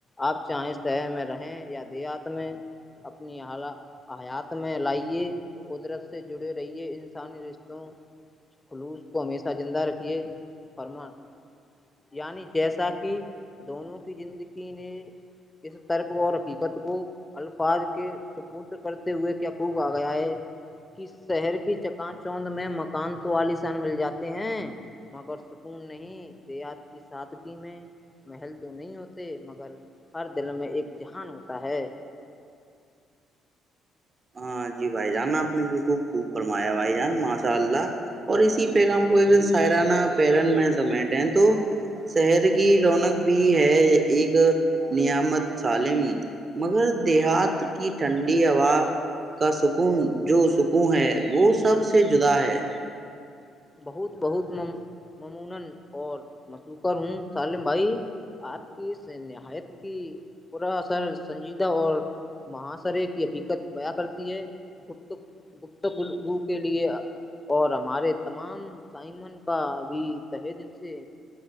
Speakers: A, on the left; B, on the right.
A: آپ چاہے شہر میں رہیں یا دیہات میں اپنی حیات میں لائیے قدرت سے جڑے رہیے انسانی رشتوں خلوص کو ہمیشہ زندہ رھیے فرمان یعنی جیسا کہ دونوں کی زندگی نے اس ترک اور حقیقت کو الفاظ کے سپد کرتے ہوئے کیاقوب آ گیا ہے کہ شہر کی چکا چوند میں مکان تو عالسان مل جاتے ہیں مگر سکون نہیں دیات کی سادگی میں محل تو نہیں ہوتے مگر ہر دل میں ایک جہان ہوتا ہے
B: ہاں جی بھائی جان آپ نے بالکل خوب فرمایا بھائی جان ماشاء اللہ اور اسی پہل ہم کو سائرانہ پیرن میں سمیٹ ہیں تو شہر کی رونق بھی ہے ایک نعمت سالم مگر دیہات کی ٹھنڈی ہوا کا سکون جو سکون ہے وہ سب سے جدا ہے
A: <inaudible> تمام تائمن کا ابھی تہے دن سے